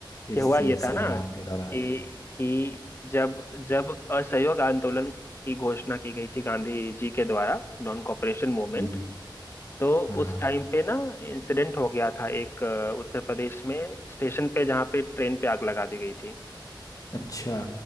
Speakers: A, on the left; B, on the left.
A: ये
B: इस
A: हुआ ये था
B: संग्राम
A: ना
B: के दौरान
A: कि कि जब जब असहयोग आंदोलन की घोषणा की गई थी गांधी जी के द्वारा नॉन कॉपरेशन मूवमेंट
B: जी जी
A: तो
B: हाँ हाँ
A: उस टाइम पे ना इंसिडेंट हो गया था एक अ, उत्तर प्रदेश में स्टेशन पे जहाँ पे ट्रेन पे आग लगा दी गई थी
B: अच्छा